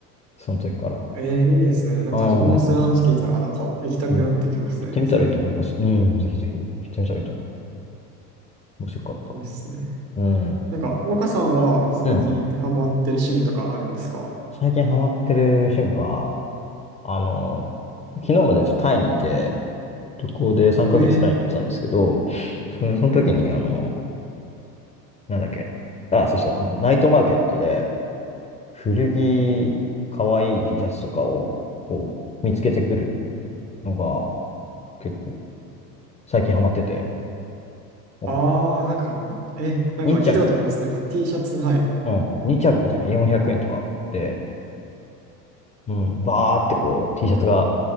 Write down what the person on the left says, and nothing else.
その時から。
うん。うん。
行ってみたらいいと思います。
うん、ぜひぜひ行ってみたらいいと思う。面白かった。
うん。
うん。最近ハマってる趣味は、あの、昨日までちょっとタイにいて、旅行で3ヶ月タイに行ってたんですけど、
その、その時に、あの、なんだっけ、あ、そうそう、あの、ナイトマーケットで古着、かわいい T シャツとかを、こう、見つけてくるのが、結構、最近ハマってて、なんかね、
2着、
うん、2着でね、400円とかで、うん、バーってこう T シャツが